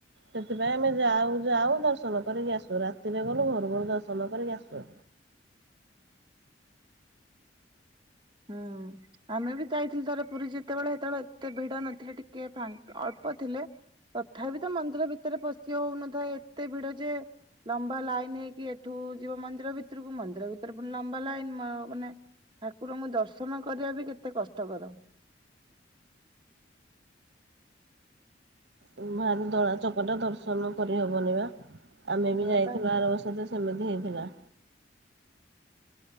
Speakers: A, on the right; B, on the right.
A: ସେଥିପାଇଁ ଆମେ ଯାଉ ଯାଉ ଦର୍ଶନ କରିକି ଆସୁ ରାତିରେ ଗଲୁ ଭୋରୁ ଭୋରୁ ଦ ର୍ଶନ କରିକି ଆସୁ।
B: ହୁଁ। ଆମେ ବି ତ ଯାଇଥିଲୁ ଥରେ ପୁରୀ ଯେତେବେଳେ ସେତେବେଳେ ଏତେ ଭିଡ ନଥିଲେ ଟିକେ ଫାଙ୍କା ଅଳ୍ପ ଥିଲେ। ତଥାପି ତ ମନ୍ଦିର ଭିତରେ ପଶି ହୋଉନଥାଏ ଏତେ ଭିଡ ଯେ ଲମ୍ବା ଲାଇନ୍‌ ହେଇକି ଏଠୁ ଯିବ ମନ୍ଦିର ଭିତରକୁ ମନ୍ଦିର ଭିତରେ ଫୁଣି ଲମ୍ବା ଲାଇନ୍‌ ମାନେ ଠାକୁରଙ୍କୁ ଦର୍ଶନ କରିବା ବି କେତେ କଷ୍ଟକର
A: ଉଁ ଭାରି ଦଳା ଚକଟା ଦର୍ଶନ କରି ହବନି ବା ଆମେ
B: ନା
A: ବି ଯାଇଥିଲୁ
B: ପା।
A: ଆର ବର୍ଷ ଯେ ସେ ହେମିତି ହେଇଥିଲା।